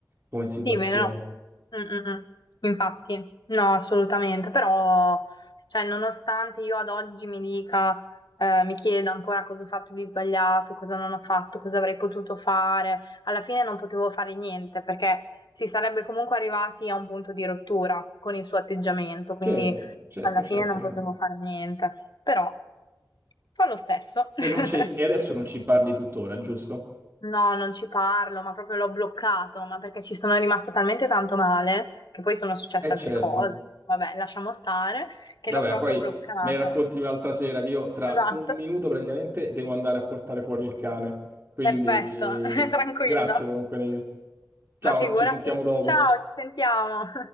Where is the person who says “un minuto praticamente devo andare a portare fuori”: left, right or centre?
Right